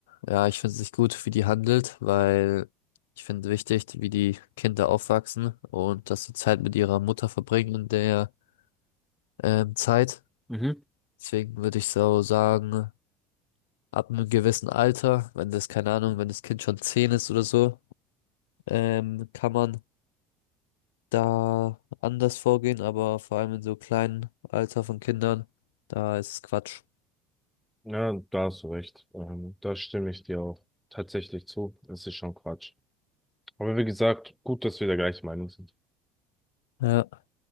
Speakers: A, on the left; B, in the centre.
A: ja, ich finde es nicht gut, wie die handelt, weil ich finde wichtig, wie die Kinder aufwachsen und dass sie Zeit mit ihrer Mutter verbringen in der ähm, Zeit.
B: Mhm.
A: Deswegen würde ich so sagen, ab einem gewissen Alter, wenn das, keine Ahnung, wenn das Kind schon zehn ist oder so, ähm, kann man da anders vorgehen, aber vor allem in so kleinen Alter von Kindern, da ist es Quatsch.
B: Ja, da hast du recht. Ähm, da stimme ich dir auch tatsächlich zu. Das ist schon Quatsch. Aber wie gesagt, gut, dass wir der gleichen Meinung sind.
A: Ja.